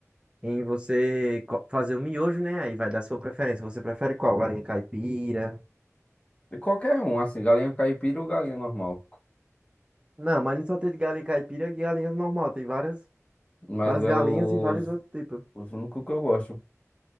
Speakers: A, on the right (about 20°); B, on the left (about 25°).
A: em você co- fazer o miojo, né? Aí vai dar sua preferência. Você prefere qual? Galinha caipira?
B: E Qualquer um, assim, galinha caipira ou galinha normal.
A: Não, mas não só tem de galinha caipira e galinha normal. Tem várias,
B: Mas
A: várias
B: é
A: galinhas
B: os,
A: e vários outros tipos.
B: os únicos que eu gosto.